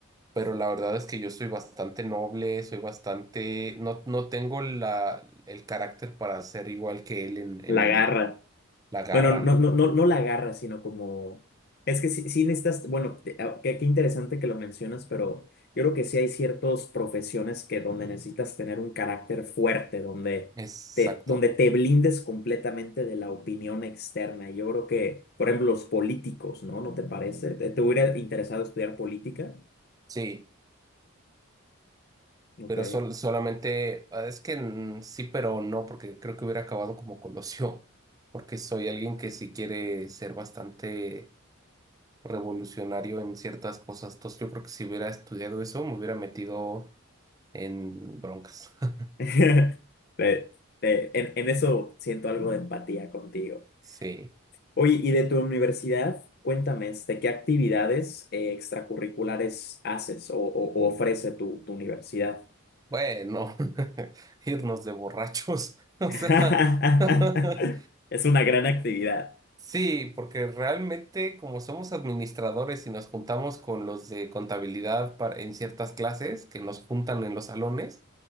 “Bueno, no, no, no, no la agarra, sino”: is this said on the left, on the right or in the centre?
Left